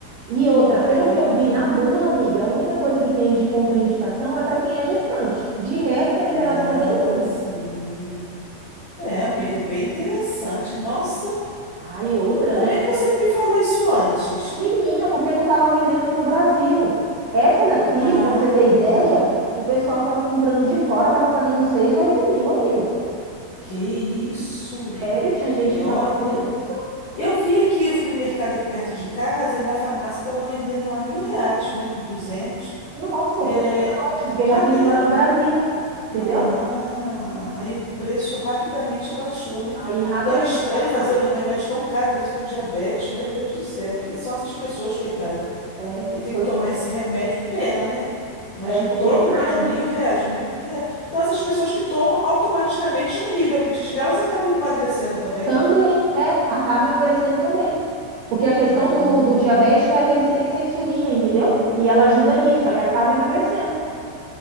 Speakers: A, on the right; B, on the left.
A: E outra,
B: Ah,
A: pelo que eu vi na bula, amiga, a única coisa que tem de contraindicação é para quem é gestante. De resto, é liberado
B: ah,
A: para todo mundo.
B: sim. É, amiga, bem interessante. Nossa,
A: Aí outra,
B: como
A: né?
B: é que você não me falou isso antes?
A: Menina, porque não estava vendendo aqui no Brasil. Essa daqui,
B: Ah,
A: para você ter ideia,
B: tá.
A: o pessoal estava comprando de fora, estava pagando 6, 8 mil, amiga.
B: Que isso?
A: Sério, tinha gente
B: E
A: que
B: olha,
A: estava pagando isso.
B: eu vi aqui, eu fui no mercado aqui perto de casa e na farmácia estava vendendo lá mil reais, mil e duzentos.
A: Nossa,
B: É,
A: o preço tá ótimo, porque
B: até
A: já tem agora no Brasil. Entendeu?
B: Ah, aí o preço rapidamente abaixou, né?
A: Aí rapidamente
B: Agora, é estranho
A: já. tá.
B: fazer um remédio tão caro desse para diabetes. Meu Deus do céu, quem são essas pessoas, coitada,
A: É,
B: que tem
A: pois
B: que tomar
A: é.
B: esse remédio? Pena, né? Imagina
A: É, porque
B: todo
A: é caro.
B: mês mil reais, mil reais. Então, essas pessoas que tomam automaticamente já inibe o apetite delas e acabam emagrecendo também.
A: Também, é, acaba emagrecendo também. Porque a questão
B: Ah,
A: do, do diabético é a resistência à insulina, entendeu? E ela ajuda nisso, aí acaba emagrecendo.